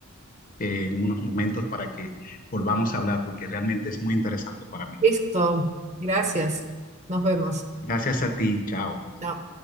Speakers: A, on the left; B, on the right.
A: eh, en unos momentos para que volvamos a hablar porque realmente es muy interesante para mí.
B: Listo. Gracias. Nos vemos.
A: Gracias a ti. Chao.
B: Chao.